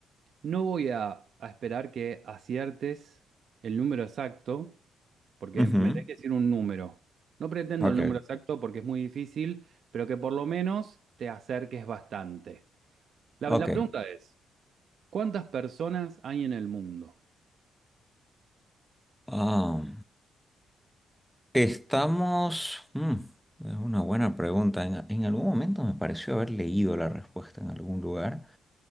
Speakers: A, on the right; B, in the centre.
A: No voy a, a esperar que aciertes el número exacto, porque
B: Ujú.
A: me tenés que decir un número. No pretendo
B: Ok,
A: el número exacto porque es muy difícil, pero que por lo menos te acerques bastante. la
B: ok.
A: la pregunta es. ¿Cuántas personas hay en el mundo?
B: Ah. Estamos... mm, es una buena pregunta. En, en algún momento me pareció haber leído la respuesta en algún lugar.